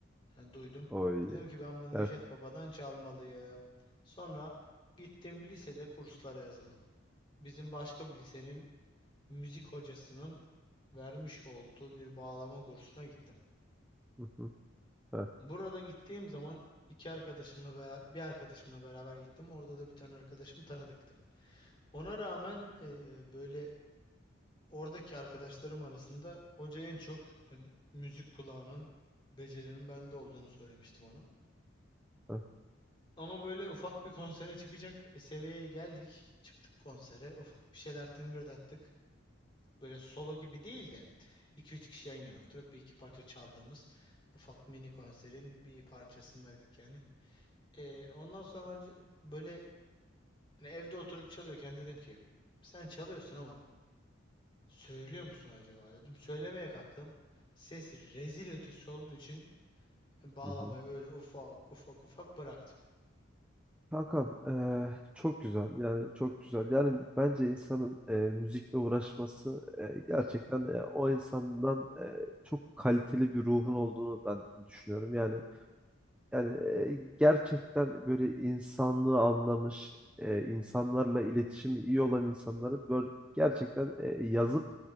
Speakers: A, on the left; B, in the centre.
A: yani duydum.
B: Oy.
A: Dedim ki ben bu Neşet
B: Evet.
A: Baba'dan çalmalıyım. Sonra gittim lisede kurslara yazıldım. Bizim başka bir lisenin müzik hocasının vermiş olduğu bir bağlama kursuna gittim.
B: Hı hı. Evet.
A: Burada gittiğim zaman iki arkadaşımla beraber bir arkadaşımla beraber gittim. Orada da bir tane arkadaşım tanıdıktı. Ona rağmen eee, böyle oradaki arkadaşlarım arasında hoca en çok hani müzik kulağının becerinin bende olduğunu söylemiştim ona.
B: Evet.
A: Ama böyle ufak bir konsere çıkacak seviyeye geldik. Çıktık konsere. Ufak bir şeyler tıngırdattık. Böyle solo gibi değil de 2-3 kişi yan yana oturup bir iki parça çaldığımız ufak mini konserin bir parçasındaydık yani. Ee, ondan sonra c- böyle hani evde oturup çalıyorken dedim ki sen çalıyorsun ama söylüyor musun acaba dedim. Söylemeye kalktım. Ses rezil ötesi olduğu için bağlamayı
B: Hı hı.
A: öyle ufak ufak ufak bıraktım.
B: Kankam e, çok güzel yani çok güzel yani bence insanın e, müzikle uğraşması e, gerçekten e, o insandan e, çok kaliteli bir ruhun olduğunu ben düşünüyorum yani Yani e, gerçekten böyle insanlığı anlamış, e, insanlarla iletişimi iyi olan insanların böyle gerçekten e, yazıp